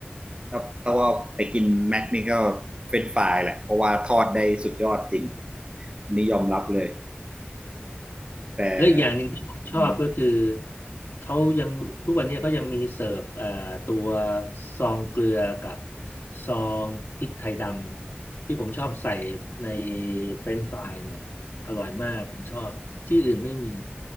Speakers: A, on the right; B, on the left.
A: ถ้าถ้าว่าไปกินแม็กนี่ก็เฟรนช์ฟรายแหละเพราะว่าทอดได้สุดยอดจริงอันนี้ยอมรับเลยแต่
B: และอีกอย่างหนึ่งที่ผมชอบก็คือ
A: อืม
B: เขายังทุกวันนี้เขายังมีเสิร์ฟเอ่อตัวซองเกลือกับซองพริกไทยดำที่ผมชอบใส่ในเฟรนช์ฟรายเนี่ยอร่อยมากผมชอบที่อื่นไม่มี